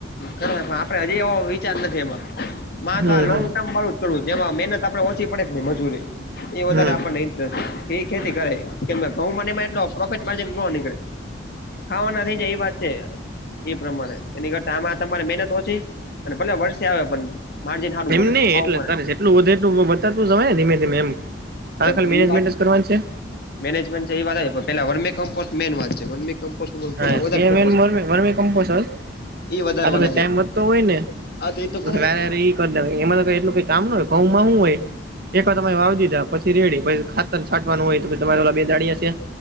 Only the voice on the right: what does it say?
હમ
હમ
એમ
નહિ,
એટલે
તારે જેટલું વધે એટલું વધારતા તું જવાયને ધીમે ધીમે એમ. હા ખાલી
મેનેજમેન્ટ
જ કરવાની છે.
હા
સેમ
એમ
વર્મ વર્મી કમપોસ્ટ આવે.
આ તો પછી ટાઈમ
વધતો હોયને,
તો વારે
ઈ કરી દેવાય, એમાં તો એટલું કઈ કામ ન હોય. ઘઉંમા હું હોય.? એક વાર તમે વાવી દીધા પછી રેડી, પછી ખાતર છાંવાનું હોય તો, પછી તમારે ઓલા બે દાડયા છે.